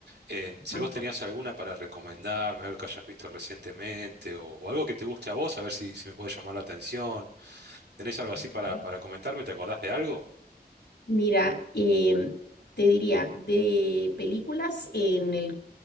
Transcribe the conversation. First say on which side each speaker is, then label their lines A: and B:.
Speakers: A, on the right (about 80°); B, on the left (about 85°).
A: em, si
B: ajá,
A: vos tenías alguna para recomendarme, algo que hayas visto recientemente o, o algo que te guste a vos, a ver si, si me puede llamar la atención, ¿tenés algo así para,
B: ¿eh?
A: para comentarme? ¿Te acordás de algo?
B: Mira, em, te diría, de películas en el